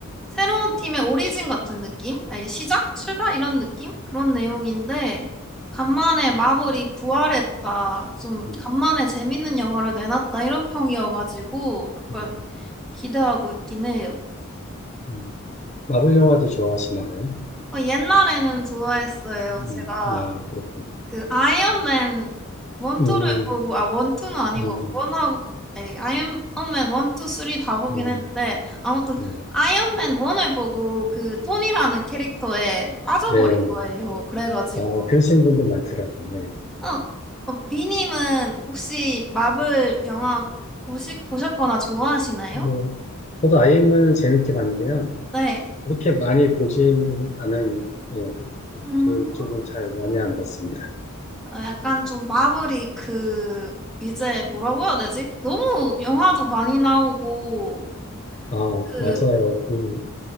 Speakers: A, in the centre; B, on the left (about 30°).
A: 새로운 팀의 오리진 같은 느낌? 아니, 시작? 출발? 이런 느낌? 그런 내용인데 간만에 마블이 부활했다. 좀
B: 음,
A: 간만에 재밌는 영화를 내놨다. 이런 평이어가지고 약간
B: 음.
A: 기대하고 있긴 해요.
B: 음. 마블 영화도 좋아하시나 봐요?
A: 어, 옛날에는 좋아했어요.
B: 음,
A: 제가
B: 아, 그렇구나.
A: 그 아이언맨 원투를
B: 음,
A: 보고 아 원투는 아니고
B: 뭐,
A: 원하고 에, 아이언맨 원투 쓰리 다 보긴
B: 뭐,
A: 했는데 아무튼
B: 뭐,
A: 아이언맨 원을 보고 그 톤이라는 캐릭터에 빠져버린
B: 예,
A: 거예요. 그래가지고
B: 어, 그러신 분들 많더라고요. 예.
A: 어, 어 비님은 혹시 마블 영화 보시 보셨거나 좋아하시나요?
B: 뭐, 저도 아이엠을 재밌게 봤는데요.
A: 네.
B: 이렇게 많이 보지는 않은, 예, 그,
A: 음,
B: 그쪽은 잘 많이 안 봤습니다.
A: 어, 약간 좀 마블이 그 이제 뭐라고 해야 되지? 너무 영화도 많이 나오고
B: 아,
A: 그
B: 맞아요. 그,